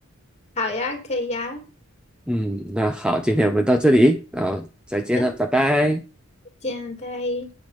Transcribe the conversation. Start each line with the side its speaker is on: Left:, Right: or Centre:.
Left: <laughs> 好呀，可以呀，
Centre: 嗯，那好，今天我们到这里，然后再见了，
Left: 嗯，
Centre: 拜拜。
Left: 见，拜。